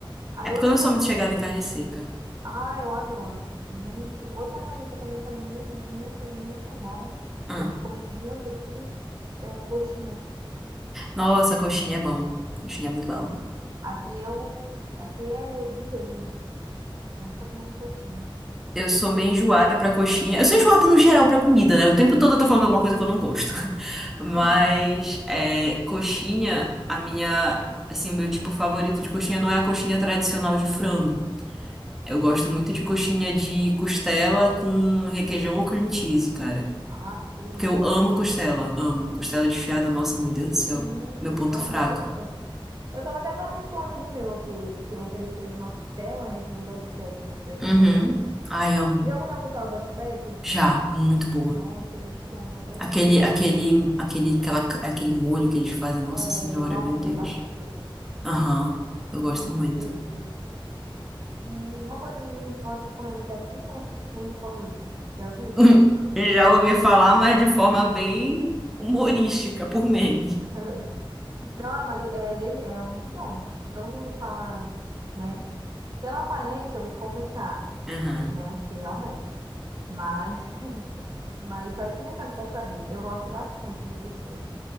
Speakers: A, on the right (about 45°); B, in the centre.
A: Aí
B: É porque
A: outra
B: eu não sou
A: coisa
B: muito chegada em carne seca.
A: Ah, eu adoro. Gente, outra coisa aqui também que é muito, muito, muito bom,
B: Ah.
A: que a gente come muito aqui, é coxinha
B: Nossa,
A: de frango.
B: coxinha é bom. Coxinha é muito bom.
A: Aqui é um, aqui é de lei. A gente tá comendo coxinha.
B: Eu sou meio enjoada pra coxinha. Eu sou enjoada no geral pra comida, né? O tempo todo eu tô falando alguma coisa que eu não gosto. <laughs>
A: <laughs>
B: Mas, é, coxinha, a minha. Assim, o meu tipo favorito de coxinha não é a coxinha tradicional de frango. Eu gosto muito de coxinha de costela com requeijão ou cream cheese, cara.
A: Ai, que delícia.
B: Porque eu amo costela, amo. Costela desfiada, nossa, meu Deus do céu.
A: Sim,
B: Meu ponto
A: nossa,
B: fraco.
A: uma delícia. Eu tava até falando isso com um amigo meu aqui, o- que ontem ele fez uma costela, né, que nem do Outback. Eu falei, nossa,
B: Uhum.
A: é top.
B: Ai, amo.
A: Já comeu a costela do Outback?
B: Já, muito boa.
A: Nossa, é muito bom, né? Bem
B: Aquele,
A: apimentadinha.
B: aquele, aquele, aquela, aquele molho que eles fazem, nossa
A: É,
B: senhora,
A: bal-
B: meu
A: é
B: Deus.
A: barbecue.
B: Aham, eu gosto
A: Nossa,
B: muito.
A: que delícia. E uma coisa que a gente gosta de comer muito aqui, né? Cuscuz paulista. Já viu?
B: <laughs> Já ouvi falar, mas de forma bem humorística, por meme.
A: <laughs> Não, é, uma, de- é, dele- é muito bom. Tipo, todo mundo fala, né? Pela aparência, eu vou te confessar,
B: Aham.
A: né? Que realmente. Mas, <laughs> mas só experimentando posso saber. Eu gosto bastante do cuscuz.